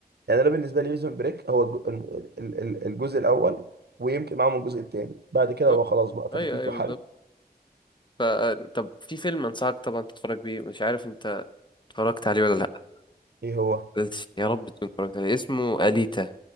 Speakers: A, on the right (about 80°); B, on the left (about 30°).
A: يعني انا بالنسبه لي بريزون بريك هو الج- ال- ال- ال- الجزء الاول ويمكن معاهم الجزء الثاني بعد
B: بالظبط
A: كده هو خلاص بقى تمطيط
B: ايوه ايوه
A: وحل
B: بالظبط ف- طب في فيلم انصحك طبعا تتفرج بيه مش عارف انت اتفرجت عليه ولا لا
A: ايه هو
B: بس يا رب تكون اتفرجت عليه اسمه اليتا